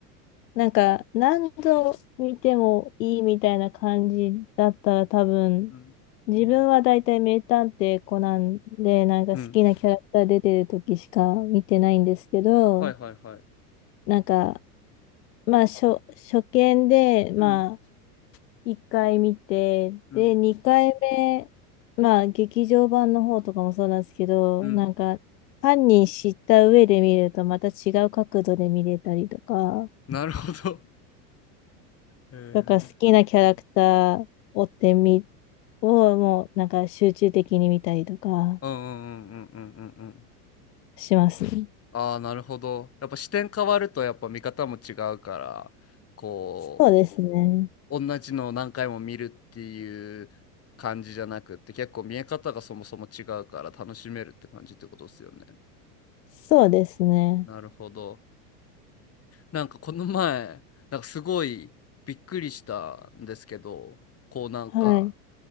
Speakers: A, on the left; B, on the left.
A: なんか、何度見てもいいみたいな感じだったら多分、
B: うん
A: 自分は大体名探偵コナンで、なんか好きなキャラクター出てる時しか見てないんですけど、
B: うんはいはいはい
A: なんか、まあ、初、初見で、まあ、
B: うん
A: 1回見て、
B: うん
A: で、2回目、まあ、劇場版の方とかもそうなんですけど、
B: うん
A: なんか、犯人知った上で見ると、また違う角度で見れたりとか、
B: なるほどへえ
A: だから好きなキャラクターを追ってみ、をもう、なんか集中的に見たりとか
B: うんうんうんうんうんうんうん
A: しますね。
B: ああーなるほどやっぱ視点変わるとやっぱ見方も違うからこ
A: そうですね。
B: 同じのを何回も見るっていう感じじゃなくって結構見え方がそもそも違うから楽しめるって感じってことですよね。
A: そうですね。
B: なるほど。なんかこの前なんかすごいびっくりしたんですけどこうなんか
A: はい。